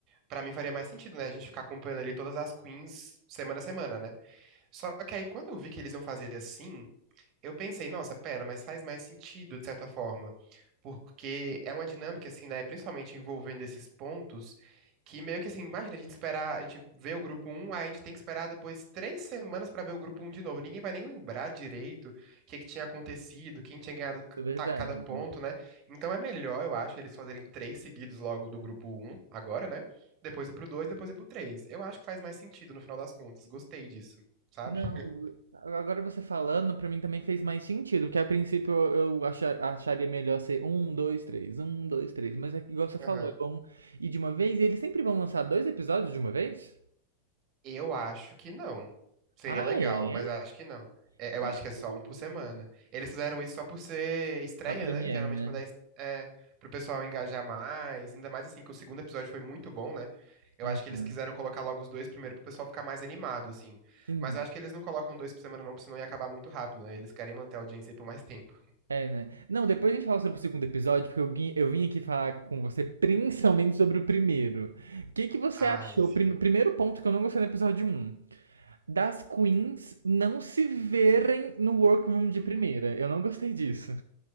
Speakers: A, on the right (about 40°); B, on the right (about 75°).
A: Pra mim faria mais sentido, né? A gente ficar acompanhando ali todas as queens semana a semana, né? Só que aí quando eu vi que eles iam fazer assim, eu pensei, nossa, pera, mas faz mais sentido de certa forma, porque é uma dinâmica assim, né, principalmente envolvendo esses pontos, que meio que assim, imagina a gente esperar, a gente vê o grupo um aí a gente tem que esperar depois três semanas pra ver o grupo um de novo. Ninguém vai nem lembrar direito o que que tinha acontecido, quem tinha ganhado
B: É verdade.
A: ca- cada ponto, né? Então é melhor, eu acho, eles fazerem três seguidos logo do grupo um agora, né? Depois ir pro dois depois ir pro três Eu acho que faz mais sentido no final das contas. Gostei disso, sabe?
B: Não,
A: <laughs>
B: agora você falando, pra mim também fez mais sentido, porque a princípio eu eu acha- acharia melhor ser um, dois, três, um, dois, três, mas é que igual você
A: Aham.
B: falou, é bom ir de uma vez, e eles sempre vão lançar dois episódios de uma vez?
A: Eu acho que não. Seria
B: Ah,
A: legal,
B: é?
A: mas eu acho que não. É, eu
B: Ah,
A: acho que é só
B: é.
A: um por semana. Eles fizeram isso só por ser estreia,
B: a Premiere,
A: né? Geralmente
B: né?
A: quando é, es- é pro pessoal engajar mais, ainda mais assim que o segundo episódio foi muito bom, né? Eu
B: Aham.
A: acho que eles quiseram colocar logo os dois primeiro pro pessoal ficar mais animado, assim.
B: Sim.
A: Mas eu acho que eles não colocam dois por semana não, porque senão ia acabar muito rápido, né? Eles querem manter a audiência aí por mais <laughs> tempo.
B: É, né? Não, depois a gente fala sobre o segundo episódio, porque eu, gui- eu vim aqui falar com você principalmente sobre o primeiro. O que que você
A: Ai,
B: achou?
A: sim.
B: Prim- primeiro ponto que eu não gostei do episódio um? das queens não se verem no workroom de
A: Uhum.
B: primeira. Eu não gostei disso.